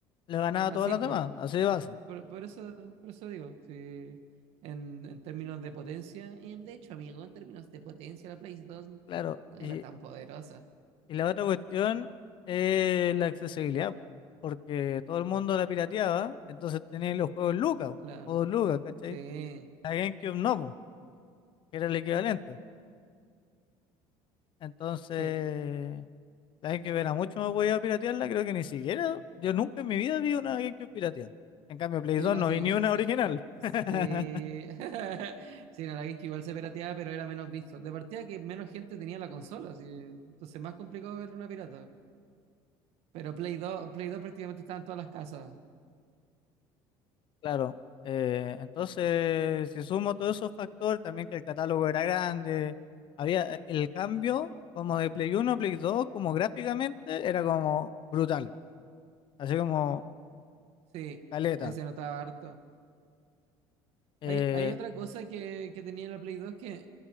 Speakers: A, on the left; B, on the right.
A: le ganaba
B: Ah,
A: a todas
B: sí,
A: las
B: por,
A: demás, así de base,
B: Por, por eso, por eso digo, sí, en, en términos de potencia, y de hecho, amigo, en términos de potencia, la Play 2
A: claro.
B: no era
A: Y,
B: tan poderosa.
A: y la otra cuestión es la accesibilidad, po, porque todo el mundo la pirateaba, entonces tenéis los juegos Lucas, po,
B: Claro,
A: o dos Lucas, ¿cachai?
B: sí,
A: La GameCube no, po, que era el equivalente. Entonces,
B: sí,
A: la GameCube era mucho más a piratearla, creo que ni siquiera, yo nunca en mi vida vi una GameCube pirateada. En cambio, Play
B: sí,
A: 2
B: no,
A: no
B: sí,
A: vi ni una
B: sí,
A: original.
B: sí,
A: <laughs>
B: <laughs> Sí, no, la GameCube igual se pirateaba, pero era menos visto. De partida que menos gente tenía la consola, así, entonces más complicado ver una pirata. Pero Play dos Play dos prácticamente estaba en todas las casas,
A: Claro, eh, entonces si sumo todos esos factores, también que el catálogo era grande, había eh, el cambio como de Play uno, a Play 2, como gráficamente, era como brutal, así como
B: sí,
A: caleta.
B: ahí se notaba harto.
A: Eh,
B: Hay, hay otra cosa que, que tenía la Play dos que